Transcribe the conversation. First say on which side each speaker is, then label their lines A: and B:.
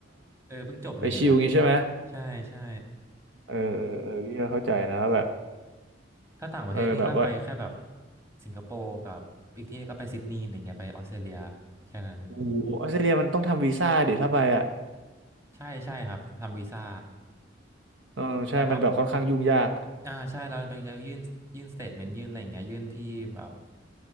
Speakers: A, on the right (about 15°); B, on the right (about 70°).
A: เออเพิ่งจบอะไรอย่างเงี้ย
B: ไปชิลงี้ใช่ไหม
A: ใช่ใช่
B: เออเออเออพี่ก็เข้าใจนะแบบ
A: ถ้าต่างประเทศก็นี่ก็ไปแค่แบบ
B: เออแบบว่า
A: สิงคโปร์กับอีกที่นึงก็ไปซิดนีย์อะไรเงี้ยไปออสเตรเลียแค่นั้น
B: โอ้โหออสเตรเลียมันต้องทำวีซ่าเดี๋ยวถ้าไปอ่ะ
A: ใช่ใช่ครับทำวีซ่า
B: เออใช่มันแบบค่อนข้างยุ่งยาก
A: แต่ก็อ่าใช่เราเป็นยื่นยื่นสเตทเมนต์ยื่นอะไรอย่างเงี้ยยื่นที่แบบ